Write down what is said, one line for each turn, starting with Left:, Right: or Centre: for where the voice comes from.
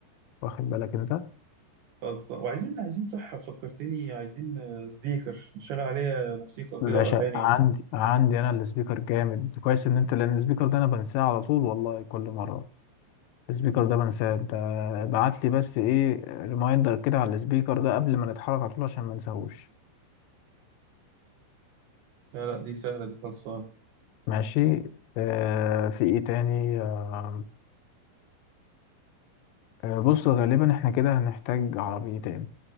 Left: واخد بالك انت
Right: خلص وعايزين عايزين صح فكرتني عايزين آه، سبيكر نشغل عليه موسيقى
Left: باشا
Right: كده واغاني
Left: عندي
Right: ولا حاجه
Left: عندي انا السبيكر جامد كويس ان انت لان السبيكر ده انا بنساه على طول والله كل مرة السبيكر ده بنساه انت ابعت لي بس ايه ريمايندر كده على السبيكر ده قبل ما نتحرك على طول عشان ما نساهوش
Right: لا لا دي سهله دي خلصان
Left: ماشي آه في ايه تاني آه، آه، بص غالبا احنا كده هنحتاج عربيتين